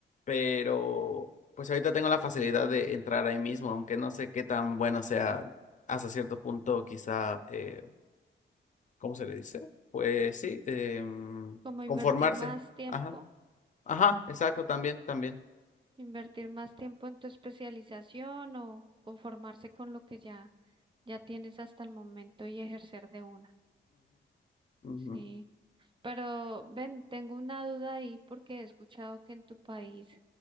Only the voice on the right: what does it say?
como invertir
más tiempo?
¿Invertir más tiempo en tu especialización o conformarse con lo que ya, ya tienes hasta el momento y ejercer de una?
Sí,
pero ven, tengo una duda ahí porque he escuchado que en tu país